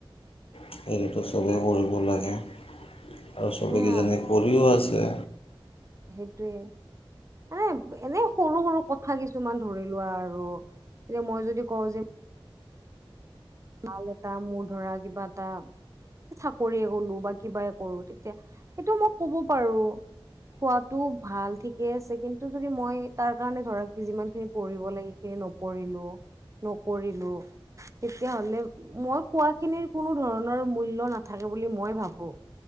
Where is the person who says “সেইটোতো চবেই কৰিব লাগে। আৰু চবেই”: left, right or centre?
Left